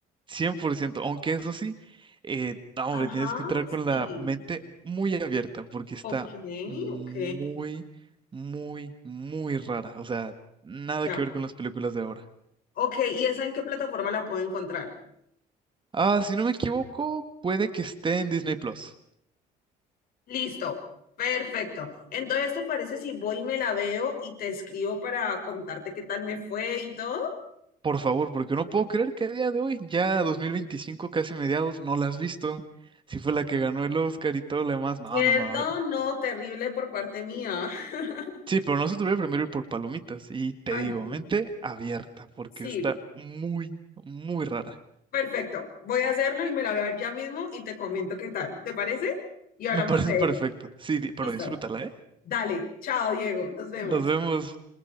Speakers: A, on the right (about 30°); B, on the left (about 60°).
A: 100% aunque eso sí, eh, no,
B: Ajá,
A: hombre, tienes que entrar con la
B: sí.
A: mente muy abierta porque está
B: Ok,
A: muy,
B: ok,
A: muy, muy rara. O sea, nada
B: ya.
A: que ver con las películas de ahora.
B: Ok, ¿y esa en qué plataforma la puedo encontrar?
A: Ah, si no me equivoco, puede que esté en Disney Plus.
B: Listo, perfecto. Entonces, ¿te parece si voy y me la veo y te escribo para contarte qué tal me fue y todo?
A: Por favor, porque no puedo creer que a día de hoy, ya 2025 casi mediados, no la has visto. Si fue la que ganó el Oscar y todo lo demás. No,
B: ¿Cierto?
A: no, no.
B: No, terrible por parte mía. <laughs>
A: Sí, pero no se te voy a primero ir por palomitas. Y te
B: Ay,
A: digo,
B: sí.
A: mente abierta, porque
B: Sí,
A: está muy, muy rara.
B: perfecto. Voy a hacerlo y me la voy a ver ya mismo y te comento qué tal. ¿Te parece? Y hablamos
A: Me parece
B: de
A: perfecto.
B: ella.
A: Sí, di- pero
B: Listo.
A: disfrútala, ¿eh?
B: Dale, chao, Diego. Nos vemos.
A: Nos vemos.